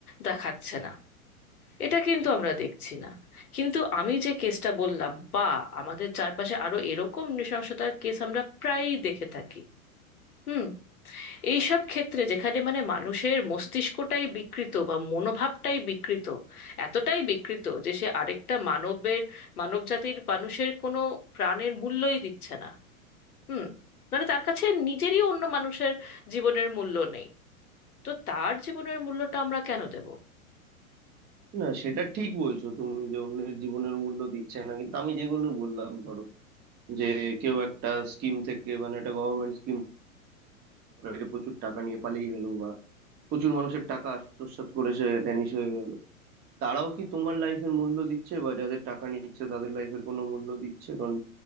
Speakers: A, on the left; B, on the right.
A: দেখাচ্ছে না এটা কিন্তু আমরা দেখছি না কিন্তু আমি যে কেসটা বললাম বা আমাদের চারপাশে আরো এরকম নৃশংসতার কেস আমরা প্রায়ই দেখে থাকি হুম এইসব ক্ষেত্রে যেখানে মানে মানুষের মস্তিষ্কটাই বিকৃত বা মনোভাবটাই বিকৃত এতটাই বিকৃত যে সে আরেকটা মানবের মানবজাতির মানুষের কোনো প্রাণের মূল্যই দিচ্ছে না হুম মানে তার কাছে নিজেরই অন্য মানুষের জীবনের মূল্য নেই তো তার জীবনের মূল্যটা আমরা কেন দেব
B: না সেটা ঠিক বলছো তুমি যে অন্যের জীবনের মূল্য দিচ্ছে না কিন্তু আমি যেগুলো বললাম ধরো যে কেউ একটা স্কিম থেকে মানে একটা গভর্নমেন্ট স্কিম থেকে প্রচুর টাকা নিয়ে পালিয়ে গেল বা প্রচুর মানুষের টাকা আত্মসাৎ করে সে ভ্যানিশ হয়ে গেল তারাও কি তোমার লাইফের মূল্য দিচ্ছে বা যাদের টাকা নিচ্ছে তাদের লাইফের কোনো মূল্য দিচ্ছে কারণ